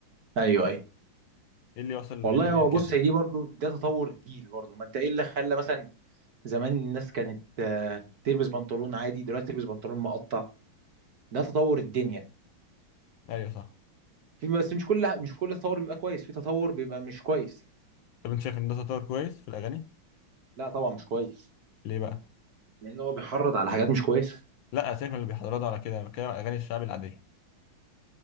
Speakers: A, on the right; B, on the left.
A: ايوه ايوه
B: ايه اللي وصل الدنيا
A: والله هو
B: لكده
A: بص هي
B: يعني
A: دي برضو ده تطور جيل برضو ما انت ايه اللي خلى مثلا زمان الناس كانت آه، تلبس بنطلون عادي دلوقتي تلبس بنطلون مقطع ده تطور الدنيا
B: ايوه صح
A: في بس مش كل مش كل تطور بيبقى كويس في تطور بيبقى مش كويس
B: طب انت شايف ان ده تطور كويس في الاغاني
A: لا طبعا مش كويس
B: ليه بقى؟
A: لان هو بيحرض على حاجات مش كويسه
B: لا سيبك من اللي بيحضروا ده ولا كده انا بتكلم على اغاني الشعب العاديه